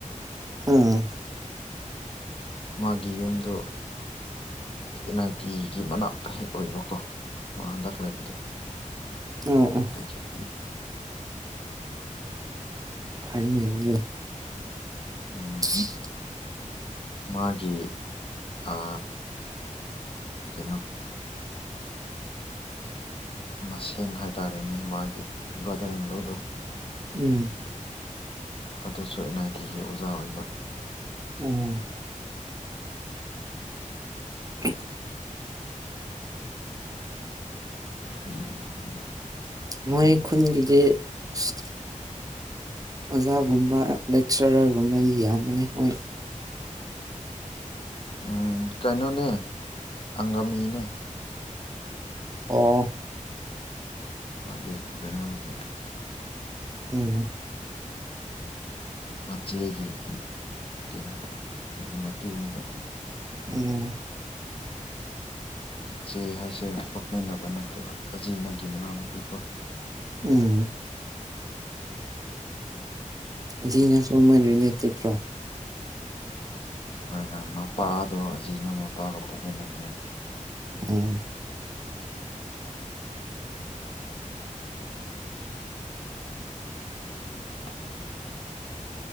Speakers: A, on the right (about 25°); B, on the left (about 40°).
A: ꯎꯝ
B: ꯃꯥꯒꯤ ꯌꯨꯝꯗꯣ ꯑꯦꯟ ꯑꯥꯏ ꯇꯤꯒꯤ ꯃꯅꯥꯛꯇ ꯍꯦꯛ ꯑꯣꯏꯕꯀꯣ ꯃꯥ ꯍꯟꯗꯛ ꯂꯩꯕꯗꯣ
A: ꯑꯣ ꯑꯣ
B: <unintelligible>
A: ꯐꯩꯅꯦ ꯑꯗꯨꯗꯤ
B: ꯎꯝ
A: <inaudible>
B: ꯃꯥꯒꯤ ꯑ ꯀꯩꯅꯣ ꯃꯁꯦꯟ ꯍꯥꯏꯇꯥꯔꯦꯅꯦ ꯃꯥꯒꯤ ꯕ꯭ꯔꯥꯗꯔ ꯏꯟꯂꯣꯗꯣ
A: ꯎꯝ
B: ꯑꯗꯨꯁꯨ ꯑꯦꯟ ꯑꯥꯏ ꯇꯤꯒꯤ ꯑꯣꯖꯥ ꯑꯣꯏꯕ
A: ꯑꯣ <inaudible>
B: <inaudible>
A: ꯃꯣꯏ ꯈꯨꯟꯒꯤꯗꯤ ꯏꯁ ꯑꯣꯖꯥꯒꯨꯝꯕ ꯂꯦꯛꯆꯔ꯭ꯔꯒꯨꯝꯕꯗꯤ ꯌꯥꯝꯕꯅꯦ ꯃꯣꯏ
B: ꯎꯝ ꯀꯩꯅꯣꯅꯦ ꯑꯪꯒꯃꯤꯅꯦ
A: ꯑꯣ
B: ꯃꯥꯒꯤ ꯀꯩ ꯀꯩꯅꯣꯗꯨꯗꯤ
A: ꯎꯝ
B: ꯃꯆꯦꯒꯤ ꯀꯩ ꯀꯩꯅꯣ ꯃꯇꯨꯅꯦꯕ
A: ꯑꯣ
B: ꯃꯆꯦ ꯍꯥꯏꯁꯦ ꯄꯣꯛꯃꯤꯟꯅꯕ ꯅꯠꯇꯕ ꯑꯖꯤꯅꯒꯤ ꯃꯅꯥꯎꯅꯨꯄꯤ ꯀꯣ
A: ꯎꯝ
B: <inaudible>
A: ꯑꯖꯤꯅꯁꯨ ꯃꯣꯏ ꯔꯤꯂꯩꯇꯤꯚ ꯂꯣ
B: ꯍꯣꯏꯅ ꯃꯄꯥꯗꯣ ꯑꯖꯤꯅ ꯃꯄꯥꯒ ꯄꯣꯛꯃꯤꯟꯅꯕꯅꯦ
A: ꯑꯣ
B: <inaudible>